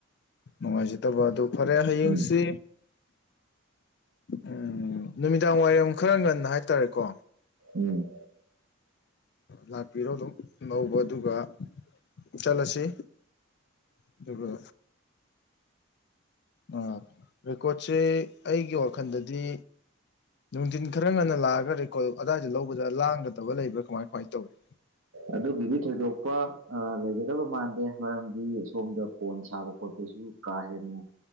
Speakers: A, on the left (about 55°); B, on the right (about 80°).
A: ꯅꯨꯡꯉꯥꯏꯖꯗꯕ ꯑꯗꯨ ꯐꯔꯦ ꯍꯌꯦꯡꯁꯤ
B: ꯎꯝ
A: ꯎꯝ ꯅꯨꯃꯤꯗꯥꯡ ꯋꯥꯏꯔꯝ ꯈꯔ ꯉꯟꯅ ꯍꯥꯏꯇꯥꯔꯦꯀꯣ
B: ꯎꯝ
A: ꯂꯥꯛꯄꯤꯔꯣ ꯑꯗꯨꯝ ꯂꯧꯕ ꯑꯗꯨꯒ ꯆꯠꯂꯁꯤ ꯑꯗꯨꯒ ꯑ ꯔꯦꯀꯣꯔꯠꯁꯦ ꯑꯩꯒꯤ ꯋꯥꯈꯜꯗꯗꯤ ꯅꯨꯡꯊꯤꯟ ꯈꯔ ꯉꯟꯅ ꯂꯥꯛꯑꯒ ꯔꯦꯀꯣꯔꯠ ꯑꯗꯨꯗꯥꯏꯗ ꯂꯧꯕꯗ ꯂꯥꯡꯒꯗꯕ ꯂꯩꯕ꯭ꯔꯥ ꯀꯃꯥꯏ ꯀꯃꯥꯏꯅ ꯇꯧꯏꯤ
B: ꯑꯗꯨꯒꯤꯗꯤ ꯊꯣꯏꯗꯣꯛꯄ ꯂꯩꯒꯗꯕ ꯃꯥꯟꯗꯦ ꯃꯔꯝꯗꯤ ꯁꯣꯝꯗ ꯀꯣꯟ ꯁꯥꯕ ꯈꯣꯠꯄꯁꯨ ꯀꯥ ꯍꯦꯟꯅ